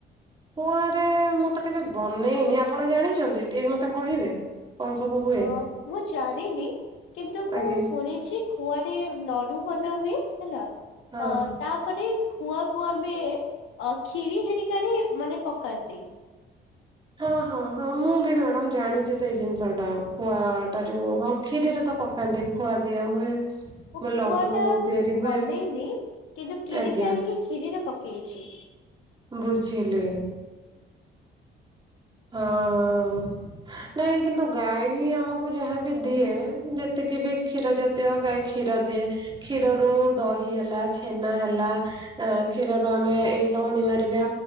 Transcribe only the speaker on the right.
ଖୁଆରେ ମୁଁ ତ କେବେ ବନେଇନି। ଆପଣ ଜାଣିଛନ୍ତି ଟିକେ ମତେ କହିବେ? କଣ ସବୁ ହୁଏ
ଆଜ୍ଞା
ହଁ।
ହଁ ହଁ ହଁ ମୁଁ ବି ମ୍ୟାଡ଼ାମ ଜାଣିଛି ସେଇ ଜିନିଷଟା। ଖୁଆ ଟା ଯୋଉ ହ ଖିରିରେ ତ ପକାନ୍ତି ଖୁଆ ଦିଆ ହୁଏ।
ଲଡୁ
ତିଆରି ହୁଏ।
ଆଜ୍ଞା
ବୁଝିଲେ। ହଁ। ନାଇଁ କିନ୍ତୁ ଗାଈ ଆମକୁ ଯାହାବି ଦିଏ। ଯେତିକି ବି କ୍ଷୀର ଜାତ ଦତୀୟ ଗାଈ କ୍ଷୀର ଦିଏ। କ୍ଷୀରରୁ ଦହି ହେଲା, ଛେନା ହେଲା। ଆ କ୍ଷୀରରୁ ଆମେ ଏଇ ଲହୁଣୀ ମାରିବା